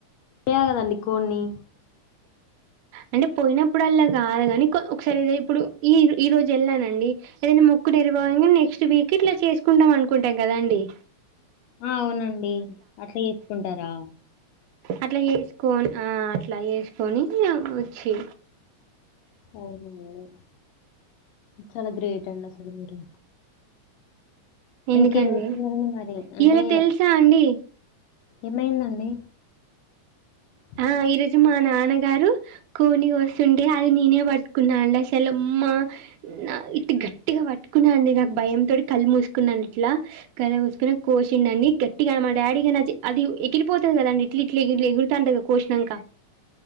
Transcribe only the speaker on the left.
కోయాలా కదండి కోడ్ని
ఆ అవునండి అట్లా చేసుకుంటారా
అవున చాలా గ్రేట్ అండి అసలు మీరు
ఇంకేం చేస్తున్నారండి మరి? అంటే
ఏమైందండి <inaudible>